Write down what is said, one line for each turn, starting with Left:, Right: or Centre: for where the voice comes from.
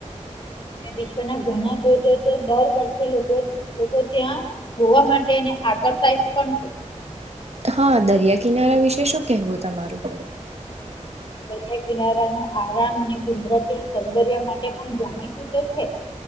Left: વિશ્વના ઘણા ધોધો તો દર વર્ષે લોકો લોકો ત્યાં જોવા માટેને આકર સાઇઝ પણ છે
Right: હા દરિયા કિનારા વિશે શું કેહવું તમારું
Left: દરિયા કિનારા નો આરામ અને કુદરતી સૌંદર્ય માટે પણ જાણીતું તો છે